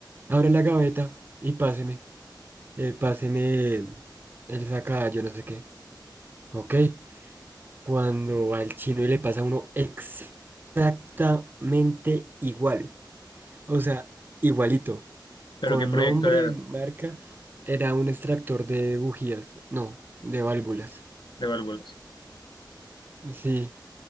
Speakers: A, on the right (about 25°); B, on the left (about 75°).
A: abre la gaveta y páseme, eh, páseme, él saca yo no sé qué, ok, cuando va el chino y le pasa a uno exactamente igual, o sea, igualito,
B: pero
A: con
B: ¿qué proyecto
A: nombre,
B: era
A: marca, era un extractor de bujías, no, de válvulas,
B: de válvulas?
A: sí.